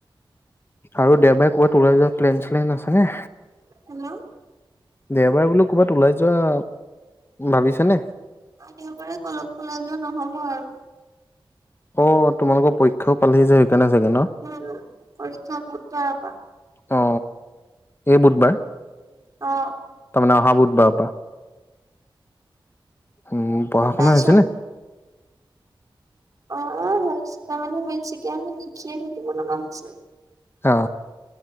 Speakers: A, on the left; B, on the right.
A: আৰু দেওবাৰে ক'ৰবাত ওলাই যোৱা প্লেন চেলেন আছেনে?
B: হেল্ল'
A: দেওবাৰে বোলো ক'ৰবাত ওলাই যোৱা ভাবিছানে
B: দেওবাৰে কলো ওলাই যোৱা নহব আৰু
A: অ তোমালোকৰ পৰীক্ষাও পালেহি যে সেইকাৰণে চাগে ন?
B: উম উম পৰীক্ষা বুধবাৰৰ পৰা।
A: অ এই বুধবাৰ
B: অ
A: তাৰমানে অহা বুধবাৰৰ পৰা উম পঢ়া শুনা
B: তাৰপিছত
A: হৈছে <unintelligible>
B: অ অ <unintelligible> মানে মেইন <unintelligible> আমি লিখিয়ে থাকিব লগীয়া হৈছে।
A: অ।